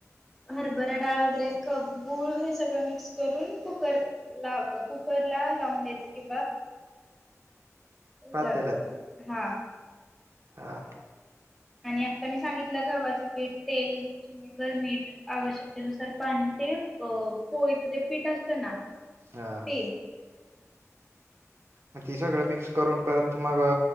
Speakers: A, in the centre; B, on the right (about 55°).
A: हरभरा डाळ वगैरे कप गूळ हे सगळं मिक्स करून कुकर ला. कुकर ला लावून द्यायच किंवा अच्या
B: पातेल्यात
A: हा.
B: हा.
A: आणि आता मी सांगितलं गवा्हाचं पीठ तेल चिमट भर मीठ आवश्यक त्यानुसार पाणी ते अ पोळीच जे पीठ असत ना
B: हा
A: ते
B: मग ती सगळं मिक्स करून परत मग